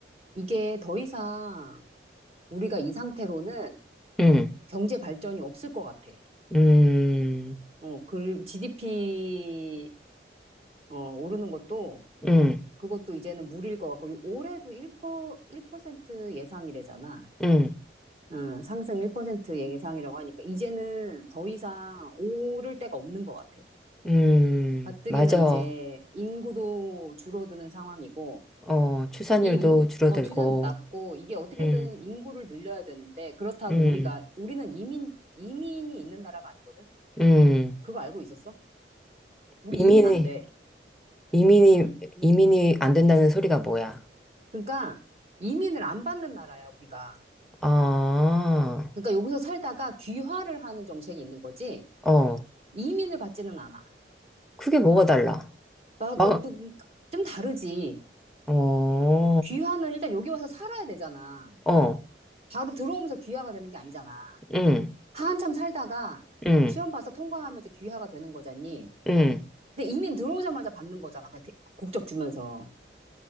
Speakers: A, on the right (about 35°); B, in the centre.
A: 이게 더 이상 우리가 이 상태로는
B: 음,
A: 경제 발전이 없을 것 같아.
B: 음,
A: 어, 그리고 GDP, 어, 오르는 것도
B: 음,
A: 그것도 이제는 무리일 것 같고, 요- 올해도 1%, 트 예상이래잖아.
B: 음,
A: 응, 상승 1% 예상이라고 하니까 이제는 더 이상 오를 데가 없는 것 같아.
B: 음,
A: 가뜩이나
B: 맞아.
A: 이제 인구도 줄어드는 상황이고,
B: 어, 출산율도
A: 이 용-
B: 줄어들고,
A: 어, 출산 낮고, 이게 어떻게든
B: 음,
A: 인구를 늘려야 되는데, 그렇다고
B: 음,
A: 우리가, 우리는 이민, 이민이 있는 나라가 아니거든?
B: 음,
A: 그거 알고 있었어? 우리
B: 이민이,
A: 이민 안 돼.
B: 이민이,
A: 음.
B: 이민이 안 된다는 소리가 뭐야?
A: 그러니까, 이민을 안 받는 나라야, 우리가.
B: 아,
A: 그러니까 여기서 살다가 귀화를 하는 정책이 있는 거지,
B: 어,
A: 이민을 받지는 않아.
B: 그게 뭐가 달라?
A: 나,
B: 막,
A: 나도 좀 다르지.
B: 어,
A: 귀화는 일단 여기 와서 살아야 되잖아.
B: 어,
A: 바로 들어오면서 귀화가 되는 게 아니잖아.
B: 음,
A: 한참 살다가
B: 음,
A: 시험 봐서 통과하면 이제 귀화가 되는 거잖니.
B: 음.
A: 근데 이민 들어오자마자 받는 거잖아. 그냥 대- 국적 주면서.